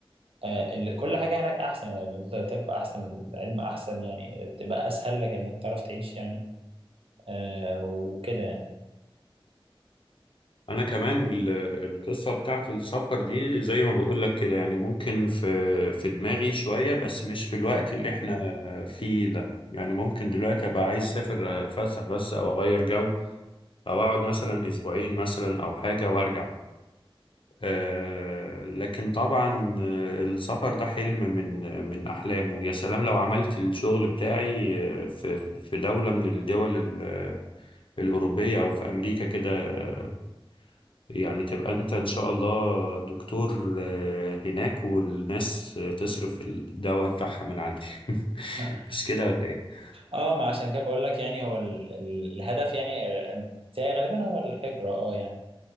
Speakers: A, on the right (about 75°); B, on the left (about 65°).
A: آه ال- كل حاجه هناك احسن يعني الطب احسن العلم احسن يعني تبقى اسهل لك انك تعرف تعيش يعني آه وكده يعني
B: انا كمان ال- القصة بتاعت السفر دي زي ما بقول لك كده يعني ممكن في في دماغي شوية بس مش في الوقت اللي احنا فيه ده يعني ممكن دلوقتي ابقى عايز اسافر اتفسح بس او اغير جو او اقعد مثلا اسبوعين مثلا او حاجة وارجع آه، لكن طبعا آه، السفر ده حلم من من أحلامه ويا سلام لو عملت الشغل بتاعي آه، في في دولة من الدول ال- الأوروبية أو في أمريكا كده آه، يعني تبقى أنت إن شاء الله دكتور آه، هناك والناس آه، تصرف الدواء بتاعها من عندي <laughs>
A: <laughs>
B: مش كده ولا إيه؟
A: اه ما عشان كده بقول لك يعني هو ال- ال- الهدف يعني آه، بتاعي غالبا هو الهجره اه يعني